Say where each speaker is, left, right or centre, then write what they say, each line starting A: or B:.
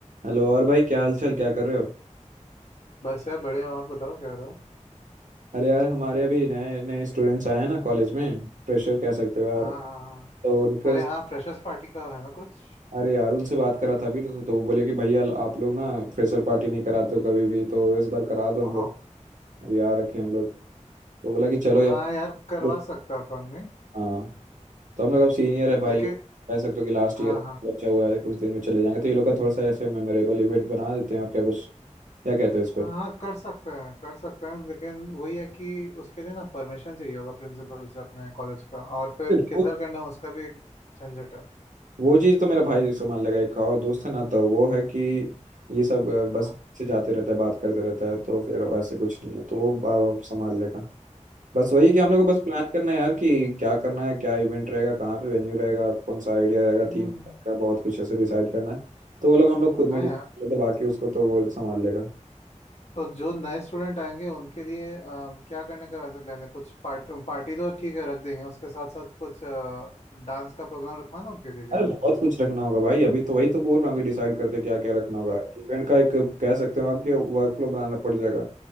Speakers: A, on the right (about 80°); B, on the left (about 60°).
A: Hello और भाई क्या हाल चाल क्या कर रहे हो
B: बस यार बड़े हो आप बताओ क्या रहो
A: अरे यार हमारे अभी नए नए स्टूडेंट्स आए हैं ना कॉलेज में फ्रेशर कह सकते हो यार
B: हाँ हाँ हाँ
A: तो उनके
B: अरे हाँ फ्रेशर्स पार्टी का है ना कुछ
A: अरे यार उनसे बात करा था अभी तो वो बोले कि भैया आप लोग ना फ्रेशर पार्टी नहीं कराते हो कभी भी तो इस बार करा दो हम
B: ओहो
A: लोग अब यार रखे हम लोग तो बोला कि चलो यार
B: हाँ यार करवा
A: तो
B: सकते हैं अपन ने
A: हाँ तो हम लोग अब सीनियर है भाई
B: लेकिन
A: कह सकते हो कि लास्ट
B: हाँ
A: ईयर
B: हाँ
A: बचा हुआ है कुछ दिन में चले जाएंगे तो ये लोग का थोड़ा सा ऐसे मेमोरेबल इवेंट बना देते हैं और क्या कुछ क्या कहते हो इस
B: हाँ कर सकते हैं कर सकते हैं लेकिन वही है कि उसके लिए ना परमिशन चाहिए होगा प्रिंसिपल से अपने कॉलेज का और फिर
A: पर
B: किधर करना है उसका भी एक झंझट है
A: वो चीज़ तो मेरा भाई संभाल लेगा एक और दोस्त है ना तो वो है कि ये सब अ, बस
B: हाँ
A: से जाते रहता है बात करते रहता है तो फिर ऐसे कुछ नहीं है तो वो अ, संभाल लेगा बस वही कि हम लोग
B: हम्म
A: को बस प्लान करना है यार कि क्या करना है क्या इवेंट रहेगा कहाँ पे वेन्यू रहेगा कौन सा आइडिया रहेगा
B: हम्म,
A: थीम रहेगा बहुत कुछ ऐसे डिसाइड करना है तो वो लोग हम लोग खुद
B: हाँ
A: में डिसाइड
B: यार
A: तो बाकी उसको तो वो संभाल लेगा
B: तो जो नए स्टूडेंट आएंगे उनके लिए अ, क्या करने का वैसे प्लान है कुछ पार्ट पार्टी तो ठीक है रख देंगे उसके साथ साथ कुछ डांस का प्रोग्राम रखवाना उनके लिए क्या
A: अरे बहुत कुछ रखना होगा भाई अभी तो वही तो बोल रहा हूँ कि डिसाइड करते क्या क्या रखना होगा इवेंट का एक कह सकते हो आपके वर्क फ्लो बनाना पड़ जाएगा